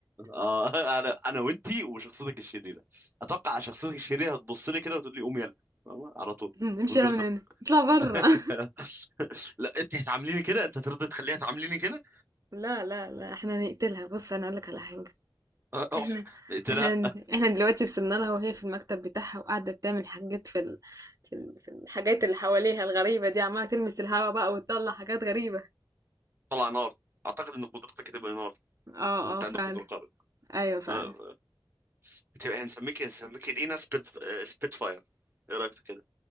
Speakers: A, on the right; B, on the right.
A: اه <laughs> انا انا وانتي وشخصيتك الشريره اتوقع شخصيتك الشريره هتبص لي كده وتقول لي قوم يلا فاهمة؟ على طول
B: <laughs> نمشي
A: من غير
B: يلا من
A: سبب
B: هنا اطلع برا
A: <laughs>
B: <laughs>
A: لا انت هتعامليني كده انت هترضي تخليها تعامليني كده
B: لا لا لا احنا نقتلها بص انا اقولك على حاجه
A: اه، اح
B: احنا
A: قلت
B: احنا
A: لها
B: احنا دلوقتي وصلنا لها وهي في المكتب بتاعها وقاعده بتعمل حاجات في ال... في, ال... في الحاجات اللي حواليها الغريبه دي عماله تلمس الهوا بقى وتطلع حاجات غريبه
A: طلع نار اعتقد ان قدرتك هتبقى نار
B: اه
A: لو انت
B: اه فعلا
A: عندك قدره خارقه
B: ايوه فعلا
A: اه، هتبقى هنسميك هنسميك دينا سبيت اه، سبيت فاير ايه رايك في كده